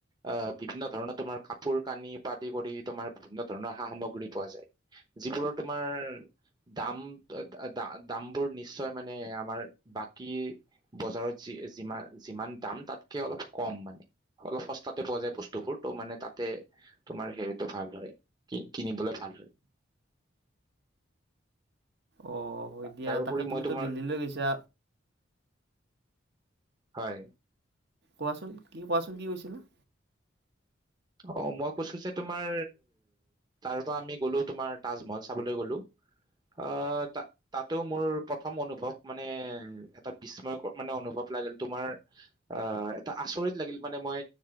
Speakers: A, on the right; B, on the right.
A: আহ বিভিন্ন ধৰণৰ তোমাৰ কাপোৰ কানি পা আদি কৰি তোমাৰ বিভিন্ন ধৰণৰ সা সামগ্ৰী পোৱা যায়। যিবোৰৰ তোমাৰ দাম দ-দামবোৰ নিশ্চয় মানে আমাৰ বাকী বজাৰত যি-যি-যিমান দাম তাতকে অলপ কম মানে। অলপ সস্তাতে পোৱা যায় বস্তুবোৰ ত' মানে তাতে তোমাৰ হেৰিটো ভাল হয়, কিনিবলৈ ভাল হয়।
B: অ', হয় দিয়া
A: তাৰোপৰি
B: তাকে তুমিতো
A: মই তোমাৰ
B: দিল্লী লৈ গৈছা?
A: হয়।
B: কোৱাচোন কি কোৱাচোন কি কৈছিলা?
A: অ', মই কৈছো যে তোমাৰ তাৰ পৰা আমি গ'লো তোমাৰ তাজমহল চাবলৈ গ'লো আহ, তা তাতো মোৰ প্ৰথম অনুভৱ মানে এটা বিস্ময়কৰ মানে অনুভৱ লাগিল তোমাৰ আহ, এটা আচৰিত লাগিল মানে মই